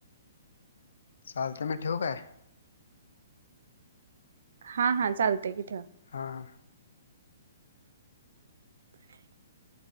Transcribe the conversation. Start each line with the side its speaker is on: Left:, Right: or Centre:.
Left: चालतय, मी ठीव काय?
Right: हा, हा चालतेय कि ठेवा.
Left: हां.
Right: <inaudible>